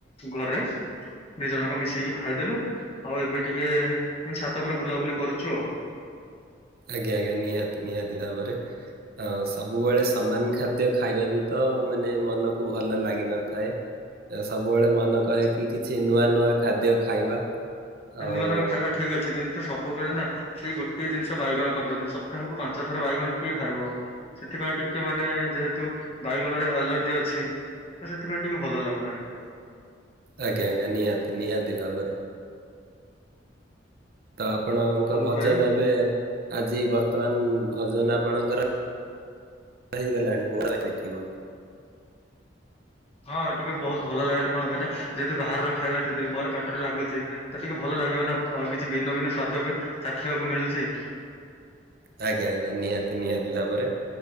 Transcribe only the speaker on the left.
ଘରେ। ଦି ଜଣଙ୍କ ମିଶେଇିକି ଖାଇଦେଲୁ ଆଉ ଏବେ ଟିକେ ଛାତ ଉପ ବୁଲାବୁଲି କରୁଛୁ ଆଉ।
ନୂଆ ନୂଆ ଖାଇବା ଠିକ ଅଛି କିନ୍ତୁ ସବୁବେଳେ ନା। ସେଇ ଗୋଟିଏ ଜିନିଷ ବାଇଗଣ କରିଛନ୍ତି ସପ୍ତାହକୁ ପାଞ୍ଚ ଥର ବାଇଗଣ କିଏ ଖାଇବ? ସେଥିପାଇଁ ଟିକେ ମାନେ ଯେହେତୁ ବାଇଗଣରେ ଆଲର୍ଜି ଅଛି? ତ ସେଥିପାଇଁ ଟିକେ ଭଲ ଲାଗୁନାହିଁ।
ହଉ
ଭାଇ
ହଁ ଟିକେ ବହୁତ ଭଲ ଲାଗିଲା କଣ ପାଇଁନା ଯେହେତୁ ବାହାରର ଖାଇବା ସେତି ଦିନ ପରେ ପାଟରେ ଲାଗୁଛି। ତ ଟିକେ ଭଲ ଲାଗିବ ନା, କିଛି ଭିନ୍ନ ଭିନ୍ନ ସ୍ଵାଦ୍ୟ ବି ଚାଖିବାକୁ ମିଳୁଛି।